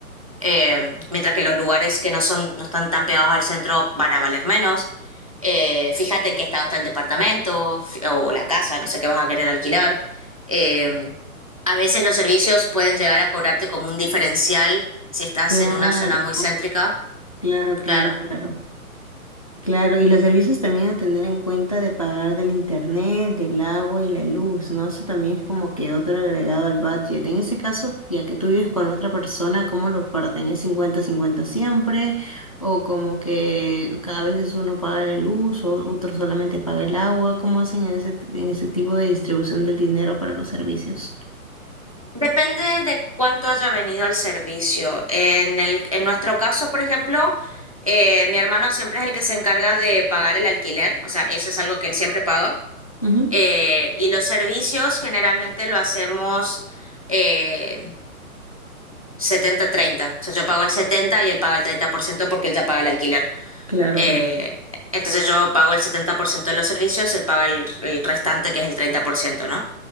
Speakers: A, on the right (about 25°); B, on the left (about 25°).
A: eh, mientras que los lugares que no son, no están tan pegados al centro van a valer menos. Eh, fíjate en qué estado está el departamento fi- o la casa, no sé qué vas a querer alquilar. Eh, a veces los servicios pueden llegar a cobrarte como un diferencial si estás
B: Claro.
A: en una zona muy céntrica.
B: Claro, claro,
A: Claro.
B: claro. Claro, y los servicios también a tener en cuenta de pagar del internet, del agua y la luz, ¿no? Eso también es como que otro agregado al budget. En ese caso, ya que tú vives con otra persona, ¿cómo lo parten? es cincuenta-cincuenta siempre? ¿O como que a veces uno paga la luz o otro solamente paga el agua? ¿Cómo hacen en ese, en ese tipo de distribución del dinero para los servicios?
A: Depende de cuánto haya venido el servicio. En el, en nuestro caso, por ejemplo, eh, mi hermano siempre es el que se encarga de pagar el alquiler, o sea, eso es algo que él siempre paga.
B: Ujú.
A: Eh, y los servicios generalmente lo hacemos eh, 70-30. O sea, yo pago el 70 y él paga el 30% porque él ya paga el alquiler.
B: Claro,
A: Eh,
B: claro,
A: entonces yo pago el 70% de los servicios, él paga el, el restante que es el treinta por ciento ¿no?